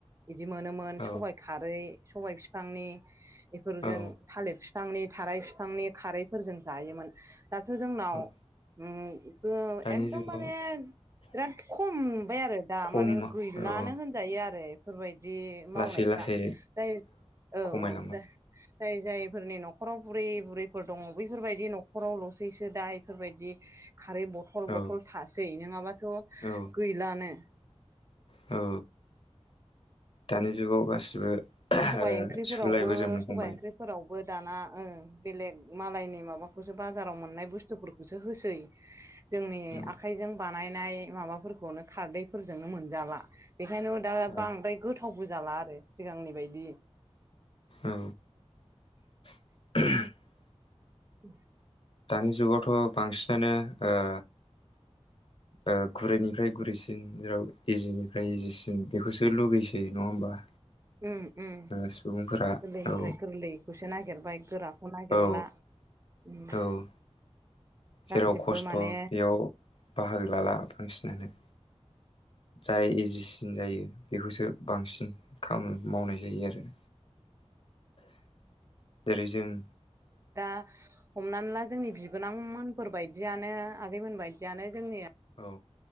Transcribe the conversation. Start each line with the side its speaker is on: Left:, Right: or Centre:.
Right: बिदि मोनोमोन
Left: औ
Right: सबाय खारै सबाय बिफांनि बेफोरजों
Left: औ
Right: थालिर बिफांनि थाराय बिफांनि खारैफोरजों जायोमोन दाथ' जोंनाव
Left: औ
Right: ओम
Left: दानि
Right: एकदमबारे
Left: जुगाव
Right: बिराद खम नुबाय आरो दा
Left: खम
Right: माने गै
Left: औ
Right: लानो होनजायो आरो बेफोरबायदि दि मावनायफ्रा
Left: लासै लासै
Right: जाय औ
Left: खमायलांबाय
Right: औ दा जाय जायफोरनि न'खराव बुरै बुरैफोर दङ बैफोरबायदि न'खरावल'सैसो दा बेफोरबायदि खारै बथल
Left: औ
Right: बथल थासै नङाबाथ'
Left: औ
Right: गैलानो
Left: औ दानि जुगाव गासिबो
Right: सबाय
Left: ओ
Right: ओंख्रिफोरावबो
Left: सोलायबोजोबनो
Right: सबबाय
Left: हमबाय
Right: ओंख्रिफोरावबो दाना ओं बेलेग मालायनि माबाखौसो बाजाराव मोननाय बुसथुफोरखौसो होसै जोंनि
Left: औ
Right: आखाइजों जों बानायनाय माबाफोरखौनो खारदैफोरजोंनो मोनजला बेखायनो दा
Left: औ
Right: बांद्राय गोथाव थावबो जाला आरो सिगांनि बायदि
Left: औ <unintelligible>
Right: उ <unintelligible>
Left: दानि जुगावथ' बांसिनानो ओ ओ गुरैनिफ्राय गुरैसिन जेराव इजिनिफ्राय इजिसिन बेखौसो लुगैसै नङा होमबा
Right: ओम ओम
Left: ओ सुबुंफोरा
Right: गोरलैनिफ्राय
Left: औ
Right: गोरलैखौसो नागिरबाय गोराखौ नागिरला
Left: औ
Right: उम
Left: औ
Right: गासिबो
Left: जेराव खसथ'
Right: माने
Left: बेयाव बाहागो लाला बांसिनानो
Right: ज <inaudible>
Left: जाय इजिसिन जायो बेखौसो बांसिन खामानि मावनाय जायो आरो जेरै जों
Right: दा हमनानै ला जोंनि बिबोनांमोन फोरबायदियानो आगैमोन बायदियानो जोंनिया
Left: औ